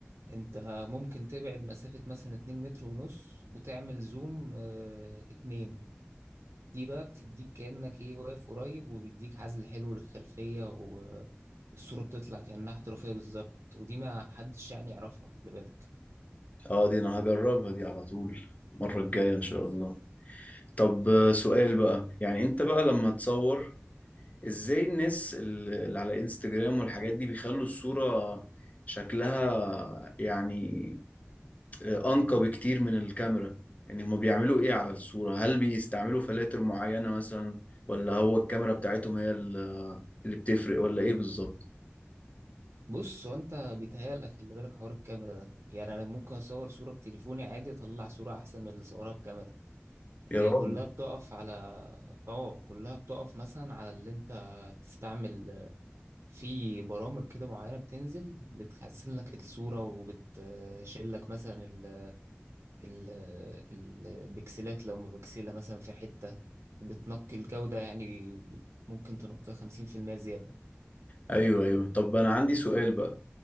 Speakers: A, on the right; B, on the left.
A: انت ممكن تبعد مسافة مثلا 2 متر ونص وتعمل زوم 2 دي بقى بتديك كأنك ايه واقف قريب وبيديك عزل حلو للخلفية والصورة بتطلع كأنها احترافية بالظبط ودي ما حدش يعني يعرفها خلي بالك
B: اه دي انا هجربها دي على طول المرة الجاية ان شاء الله طب آه، سؤال بقى يعني انت بقى لما تصور ازاي الناس ال- اللي على انستجرام والحاجات دي بيخلوا الصورة شكلها يعني أنقى بكتير من الكاميرا يعني هما بيعملوا إيه على الصورة هل بيستعملوا فلاتر معينة مثلا ولا هو الكاميرا بتاعتهم هي ال- اللي بتفرق ولا إيه بالظبط
A: بص هو انت بيتهيألك خلي بالك حوار الكاميرا ده يعني انا ممكن اصور صورة بتليفوني عادي اطلع صورة احسن من اللي صورها بكاميرا هي
B: يا راجل
A: كلها بتقف على اه كلها بتقف مثلا على اللي انت تستعمل في برامج كده معينة بتنزل بتحسن لك الصورة وبتشيل لك مثلا ال- البكسلات لو مبكسلة مثلا في حتة وبتنقي الجودة يعني ممكن تنقيها 50% زيادة
B: أيوه أيوه طب أنا عندي سؤال بقى